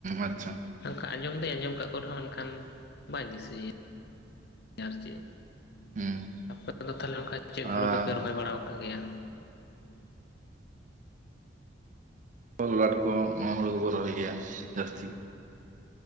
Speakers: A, on the right; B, on the left.
A: ᱟᱪᱪᱷᱟ
B: ᱠᱟ ᱟᱸᱡᱚᱢ ᱫᱚᱧ ᱟᱸᱡᱚᱢ ᱠᱚ ᱨᱮᱦᱚᱸ ᱮᱱᱠᱷᱟᱱ ᱵᱟᱭ ᱫᱤᱥᱟᱹᱭᱟ ᱟᱨ ᱪᱮᱫ
A: ᱦᱩᱸ
B: ᱟᱯᱮ ᱫᱚ ᱛᱟᱦᱚᱞᱮ ᱚᱱᱠᱟ ᱪᱮᱫ
A: ᱟᱨ
B: ᱦᱩᱲᱩ ᱠᱚᱯᱮ ᱨᱚᱦᱚᱭ ᱵᱟᱲᱟ ᱟᱠᱟᱫ ᱜᱮᱭᱟ
A: ᱠᱚᱞ ᱞᱟᱴ ᱠᱚ ᱱᱚᱣᱟ ᱦᱩᱲᱩ ᱠᱚ ᱠᱚ ᱨᱚᱦᱚᱭ ᱜᱮᱭᱟ ᱡᱟᱹᱥᱛᱤ